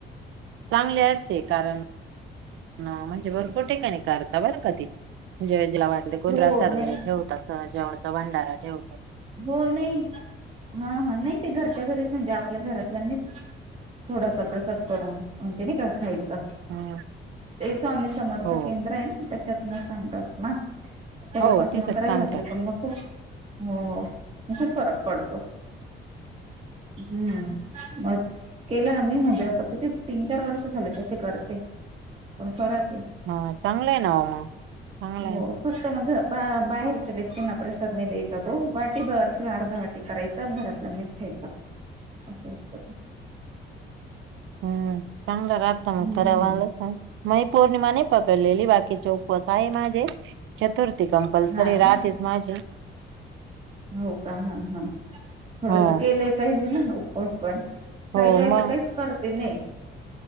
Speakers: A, on the right; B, on the right.
A: चांगले असते कारण, म्हणजे भरपूर ठेकााणी कर बरं का ती, म्हणजे जला वाट कोरास
B: हो
A: वगैरे
B: नाही
A: ठेवतात, जेवचा भंडारा ठेवत
B: हो नाही हा हा नाही ते घरच्या, -घरीच म्हणजे आपल्या घरातल्यांनीच. थोडासा प्रसाद करून, म्हणजे नाही का खायच.
A: हम्म
B: ते स्वामी समर्थ
A: हो
B: केंद्र आहे ना, त्याच्यात म सांगतात ना. तेव्हापासून
A: हो तिथं
B: मग करायला
A: सांगतात
B: लागलं, पण मग खूप हो खूप फरक पडतो. हम्म मग केलं ना म्हणजे त किती तीन-चार वर्ष झाले तसे करते. परत.
A: हा चांगलं आहे नवा मग. चांगलं
B: हो
A: आहे
B: तस. बाहेरच्या व्यक्तींना प्रसाद नाहीं द्यायचा तो वाटीर किंवा अर्धा वाटी करायचा, घरातल्या. खायच अस असत ते.
A: हम् चांगला राहता
B: हम्म
A: मग, खरा वाला म पौर्णिमा नाही पकडलेली बाकी चौक वास. काय माझे चतुर्थी कंपल्सरी
B: हा ना
A: रातीच माझे.
B: हो का? हा हा थोडस
A: हो
B: केलंय पाहिजे ना उपवास पण.
A: हो
B: काही काय
A: मग
B: तर काहीच करते नाही.